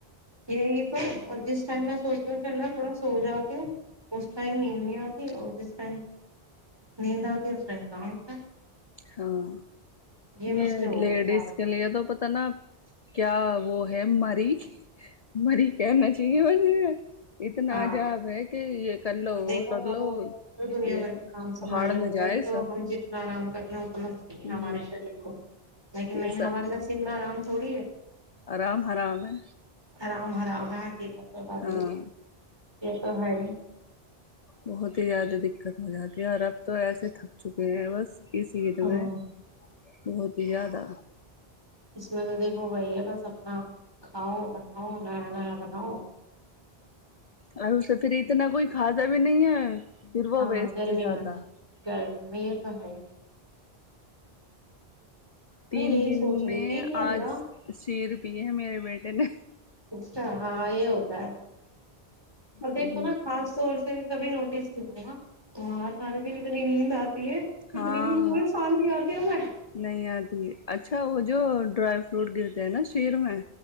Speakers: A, on the right (about 25°); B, on the left (about 40°).
A: یہی تو اور جس ٹائم میں سوچتی ہوں چلا تھوڑا سو جاتی ہوں اس ٹائم نیند نہیں آتی اور جس ٹائم نیند آتی اس ٹائم کام ہوتا ہے
B: ہاں
A: مسئلے
B: یہ
A: ہو
B: لیڈیز
A: گئے سارے
B: کے لیے تو پتا نا کیا وہ ہے ماری مری کہنا چاہیے وج اتنا
A: ہاں
B: عجاب ہے کہ یہ
A: اور
B: وہ
A: دیکھو
B: کر
A: ہم
B: لو
A: اور دنیا
B: یہ
A: بھر کے کام سنبھالنے
B: بھاڑ میں
A: ہوتے
B: جائے
A: ہیں تو
B: سب
A: ہم جتنا آرام کرنا چاہی
B: ہ
A: ہمارے شریر کو لیکن
B: یہ
A: نہیں
B: سب
A: ہمارے نصب میں آرام سے تھوڑی ہے
B: آرام حرام ہے
A: آرام آرام ہے ٹھیک ہے تو بات
B: ہاں
A: یہ تو ہے
B: بہت ہی زیادہ دقت ہو جاتی یار اب تو ایسے تھک چکے ہیں بس اس عید
A: ہوں
B: میں بہت ہی زیادہ
A: اسسمت وہ د ہو گای ہے بس اپنا کاؤ بناؤ نیا نیا بلوؤ
B: اور اسے پھر اتنا کوئی خضا بھی نہیں ہے پھر وہ
A: ہاں
B: ویسٹ
A: گرمی
B: جاتا
A: میں گرمی میں تو ہے
B: تین
A: میں یہی
B: دن
A: سوچ رہی
B: میں
A: تھی کہ اللہ
B: آج شیر پی ہے میرے بیٹے نے
A: اچ ہاں یہ ہوتا ہے اور
B: ہوں
A: دیکھو نا خاص طور سے کبھی نوٹس کیا ہوا سمار مار دن نہیں آ ہے
B: ہاں
A: اتنی نیند کوئی سان ہمیں
B: نہیں آتی اچھا وہ جو ڈرائی فروٹ گرتے ہیں نا شیر میں